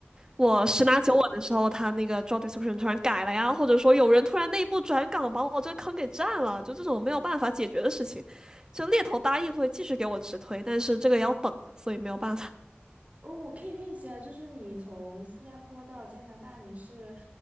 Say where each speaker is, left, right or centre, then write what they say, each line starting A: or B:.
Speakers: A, on the right (about 20°); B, on the right (about 40°).
A: 我十拿九稳的时候，他那个 job description 突然改了呀，或者说有人突然内部转岗把我这坑给占了，就这种没有办法解决的事情，就猎头答应会继续给我直推，但是这个要等，所以没有办法。
B: 哦，我可以问一下，就是你从新加坡到加拿大，你是，